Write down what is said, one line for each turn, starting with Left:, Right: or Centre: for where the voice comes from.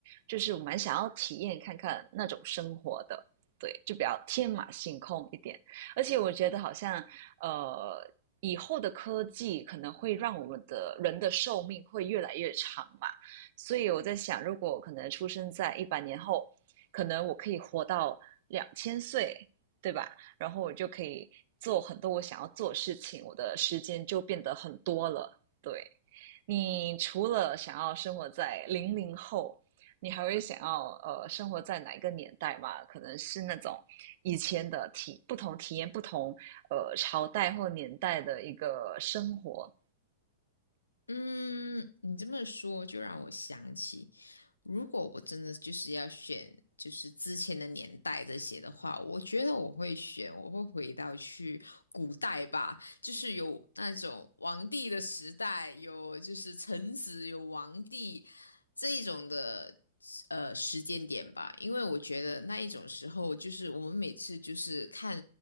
Right: 就是我蛮想要体验看看那种生活的，对，就比较天马行空一点。而且我觉得好像呃以后的科技可能会让我们的人的寿命会越来越长嘛，所以我在想，如果可能出生在一百年后，可能我可以活到两千岁，对吧？然后我就可以做很多我想要做的事情，我的时间就变得很多了。对，你除了想要生活在零零后，你还会想要呃生活在哪一个年代嘛？可能是那种以前的体不同体验不同呃朝代或年代的一个生活。
Left: 嗯，你这么说就让我想起，如果我真的就是要选，就是之前的年代这些的话，我觉得我会选，我会回到去古代吧。就是有那种王帝的时代，有就是臣子，有王帝这一种的呃时间点吧。因为我觉得那一种时候，就是我们每次就是看